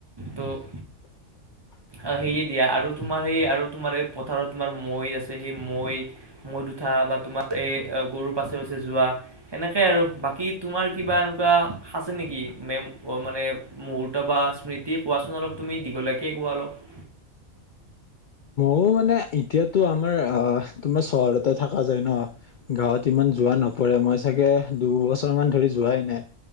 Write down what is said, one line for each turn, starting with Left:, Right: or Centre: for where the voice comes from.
Right: ত'
Left: <inaudible>
Right: অ' হেয়ে দিয়া আৰু তোমাৰ হেই আৰু তোমাৰ এ পথাৰত তোমাৰ মৈ আছে হেই মৈ মৈত উঠা বা তোমাৰ এ আ গৰু পাছে পাছে যোৱা। এনেকে আৰু বাকী তোমাৰ কিবা এনেকুৱা সাছে নেকি মেম, অ' মানে মুহূৰ্ত বা স্মৃতি কোৱাচোন অলপ তুমি দীঘলীয়াকেই কোৱা অলপ।
Left: অ ', মানে, এতিয়াতো আমাৰ অ তোমাৰ চহৰতে থকা যায় ন গাঁৱত ইমান যোৱা নপৰে, মই চাগে দুবছৰ মান ধৰি যোৱাই নাই